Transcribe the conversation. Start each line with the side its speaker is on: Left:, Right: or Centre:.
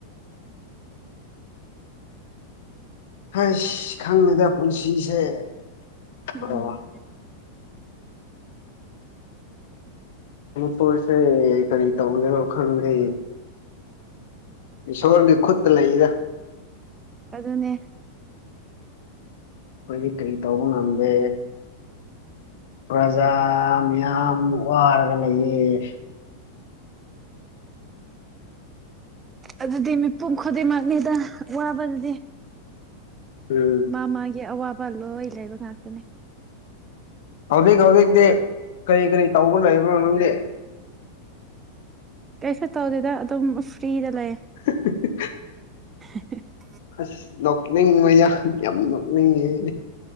Left: ꯍꯁ ꯈꯪꯗꯦꯗ ꯄꯨꯟꯁꯤꯁꯦ
Right: ꯎꯝ
Left: ꯑꯣ ꯃꯅꯤꯄꯨꯔꯁꯦ ꯀꯔꯤ ꯇꯧꯒꯦꯔꯣ ꯈꯪꯗꯦ ꯏꯁꯣꯔꯒꯤ ꯈꯨꯠꯇ ꯂꯩꯗ
Right: ꯑꯗꯨꯅꯦ
Left: ꯈꯣꯏꯗꯤ ꯀꯔꯤ ꯇꯧꯕ ꯉꯝꯗꯦ ꯄ꯭ꯔꯖꯥ ꯌꯥꯝ ꯋꯥꯔꯒ ꯂꯩꯌꯦ
Right: ꯑꯗꯨꯗꯤ ꯃꯤꯄꯨꯝ ꯈꯨꯗꯤꯡꯃꯛꯅꯤꯗ ꯋꯥꯕꯗꯨꯗꯤ
Left: ꯎꯝ
Right: ꯃꯥ ꯃꯥꯒꯤ ꯑꯋꯥꯕ ꯂꯣꯏ ꯂꯩꯕ ꯉꯥꯛꯇꯅꯦ
Left: ꯍꯧꯖꯤꯛ ꯍꯧꯖꯤꯛꯇꯤ ꯀꯔꯤ ꯀꯔꯤ ꯇꯧꯕ ꯂꯩꯕ ꯅꯪꯗꯤ
Right: ꯀꯁ ꯇꯧꯗꯗ ꯑꯗꯨꯝ ꯐ꯭ꯔꯤꯗ ꯂꯩ
Left: <unintelligible>
Right: <unintelligible>
Left: ꯑꯁ ꯅꯣꯛꯅꯤꯡꯕ ꯌꯥꯝ ꯌꯥꯝ ꯅꯣꯛꯅꯤꯡꯉꯦ